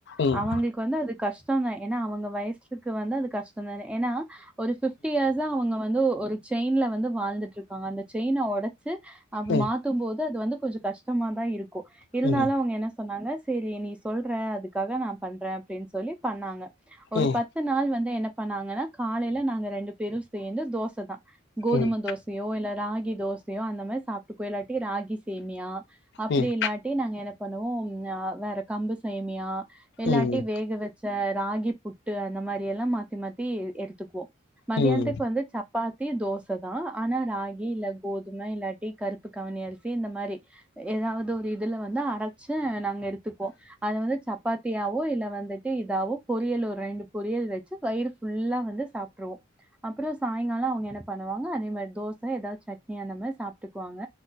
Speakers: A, on the left; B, in the centre.
A: ம் ம்
B: அவங்க வந்து கு வந்து அது கஷ்டந்தெ ஏனா அவங்க வயசுக்கு வந்து அது கஷ்டந்தெ ஏனா ஒரு பிஃப்டி இயர்ஸ் இதா அவுங்க வந்து ஒரு செயின்ல வந்து வாழ்ந்துட்ருக்காங்க அந்த செயின ஒடச்சி அப்பி
A: ம்
B: மாத்தெபோது அது வந்து கொஞ்சோ கஷ்டமாதா இருக்கூ
A: ம்
B: இருந்தாலு
A: ம்
B: அவங்க என்ன சொன்னாங்க சேரி நீ சொல்ற அதுக்காக நா பண்றே அப்டின்னு சொல்லி பண்ணாங்க ஒரு
A: ம்
B: பத்து நாள் வந்து என்ன பண்ணாங்னா காலயில நாங்க ரெண்டு பேரூ சேர்ந்து தோசதா கோதும
A: ம்
B: தோசயோ இல்ல ராகி தோசயோ அந்த மாரி சாப்ட்டு போயிட்லாண்டி ராகி சேமியா அப்டி
A: ம்
B: இல்லாட்டி நாங்க என்ன பண்ணுவோ அ வேற கம்பு சேமியா இல்லாட்டி
A: ம்
B: வேக வச்ச ராகி புட்டு அந்த மாரி எல்லா மாத்தி மாத்தி எடுத்துக்வோ மதியானத்துக்கு
A: ம் ம்
B: வந்து சப்பாத்தி தோச தா ஆனா ராகி இல்ல கோதும இல்லாட் இ கருப்பு கவூனி அரிசி இந்த மாரி ஏதாவது ஒரு இதுல வந்து அரச்சு நாங்க எடுத்துப்போ அது வந்து சப்பாத்தியாவோ இல்ல வந்துட்டு இதாவோ பொரியல் ஒரு ரெண்டு பொரியல் வச்சு வயிறு ஃபுல்லா வந்து சாப்ட்ருவோ அப்றோ சாய்ங்காலோ அவங்க என்ன பண்ணுவாங்க அதே மாரி தோச ஏதாவது சட்னி அந்த மாரி சாப்ட்டுக்குவாங்க